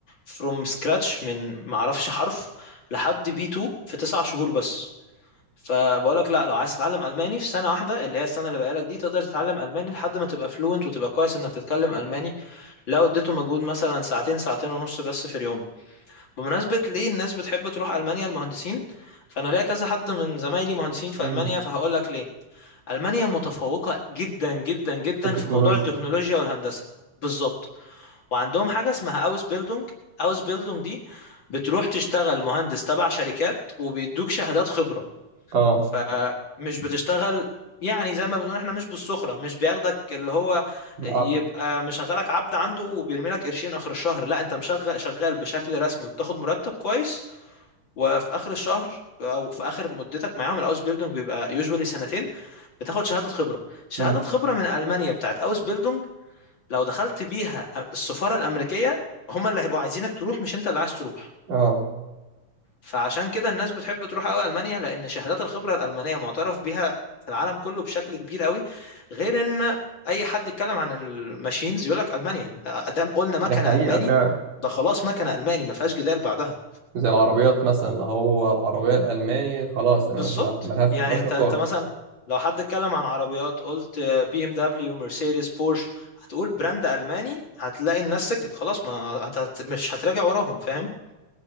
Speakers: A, on the left (about 45°); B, on the right (about 85°).
A: from scratch من ما اعرفش حرف لحد بي 2 في تسع شهور بس فبقول لك لا لو عايز تتعلم الماني في سنه واحده اللي هي السنه اللي بقالك دي تقدر تتعلم الماني لحد ما تبقى فلوينت وتبقى كويس انك تتكلم الماني لو اديته مجهود مثلا ساعتين ساعتين ونص بس في اليوم بمناسبه ليه الناس بتحب تروح المانيا المهندسين فانا ليا كذا حد من زمايلي مهندسين في
B: مم.
A: المانيا فهقول لك ليه ألمانيا متفوقة جدا جدا جدا
B: في التكنولوجيا
A: في موضوع التكنولوجيا والهندسة بالظبط وعندهم حاجة اسمها أوس بيلدونج أوس بيلدونج دي بتروح تشتغل مهندس تبع شركات وبيدوك شهادات خبرة
B: اه
A: فمش بتشتغل يعني زي ما بنقول احنا مش بالسخرة مش بياخدك اللي هو يبقى
B: عب-
A: مشغلك عبد عنده وبيرمي لك قرشين آخر الشهر لا انت مشغل شغال بشكل رسمي وبتاخد مرتب كويس وفي اخر الشهر او في اخر مدتك معاهم الاوس بيلدونج بيبقى يوجوالي سنتين بتاخد شهاده خبره شهاده
B: مم.
A: خبره من المانيا بتاعت اوس بيلدونج لو دخلت بيها السفاره الامريكيه هما اللي هيبقوا عايزينك تروح مش انت اللي عايز تروح
B: اه
A: فعشان كده الناس بتحب تروح قوي المانيا لان شهادات الخبره الالمانيه معترف بيها في العالم كله بشكل كبير قوي غير ان اي حد يتكلم عن الماشينز يقول لك المانيا ده- ادام قلنا مكنه
B: دي حقيقة
A: الماني
B: فعلا
A: ده خلاص مكنه الماني ما فيهاش جدال بعدها
B: زي العربيات مثلا اللي هو العربية الألماني خلاص ما
A: بالظبط
B: ما- ملهاش
A: يعني
B: مفيهاش
A: انت
B: نقاش
A: انت مثلا لو حد اتكلم عن عربيات قلت بي ام دبليو مرسيدس بورش هتقول براند الماني هتلاقي الناس سكتت خلاص ما انت هت- مش هتراجع وراهم فاهم